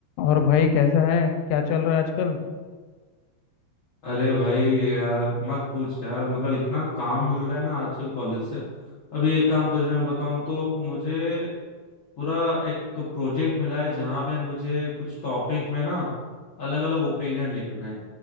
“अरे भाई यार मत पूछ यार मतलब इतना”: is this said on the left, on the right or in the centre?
Left